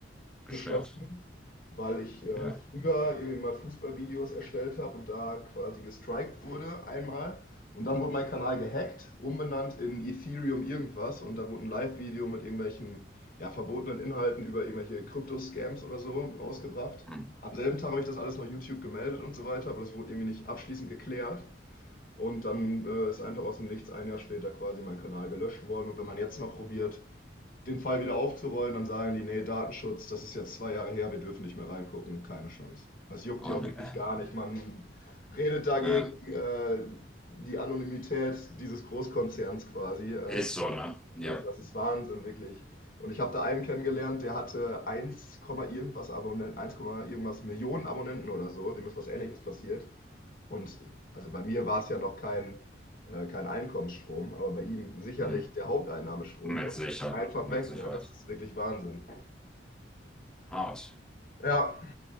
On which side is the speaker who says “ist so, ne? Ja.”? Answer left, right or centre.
Centre